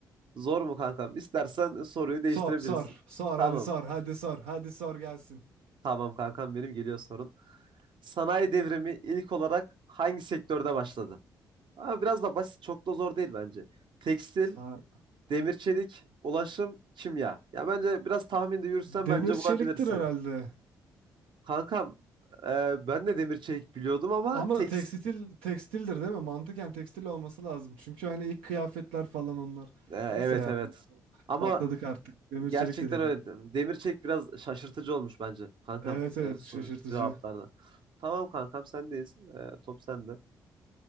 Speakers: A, on the right; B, on the right.
A: Zor mu kankam? İstersen soruyu değiştirebilirsin.
B: Sor sor. Sor
A: Tamam.
B: hadi sor. Hadi sor. Hadi sor gelsin.
A: Tamam kankam benim geliyor sorun. Sanayi devrimi ilk olarak hangi sektörde başladı? Ama biraz da basit, çok da zor değil bence. Tekstil,
B: Sa-
A: demir çelik, ulaşım, kimya. Ya bence biraz tahminde yürütsen
B: Demir
A: bence
B: çeliktir
A: bulabilirsin.
B: herhalde.
A: Kankam e, ben de demir çelik biliyordum ama
B: Ama
A: tek
B: tekstil tekstildir değil mi? Mantıken tekstil olması lazım. Çünkü hani ilk kıyafetler falan onlar.
A: e, evet
B: Neyse ya
A: evet. Ama
B: patladık artık. Demir
A: gerçekten
B: çelik dedik.
A: öyle. Demir çelik biraz şaşırtıcı olmuş bence kankam
B: Evet evet
A: e, so-
B: şaşırtıcı.
A: cevaplarda. Tamam kankam sendeyiz. E, top sende.